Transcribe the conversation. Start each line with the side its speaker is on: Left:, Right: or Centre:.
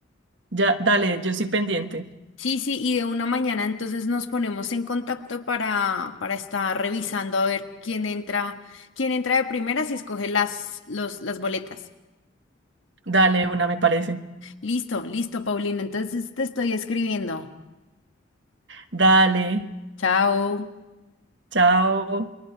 Right: Ya, dale, yo estoy pendiente.
Left: Sí, sí, y de una mañana entonces nos ponemos en contacto para, para estar revisando a ver quién entra, quién entra de primeras y escoge las, los, las boletas.
Right: Dale, una me parece.
Left: Listo, listo, Paulina. Entonces te estoy escribiendo.
Right: Dale,
Left: Chao.
Right: chao.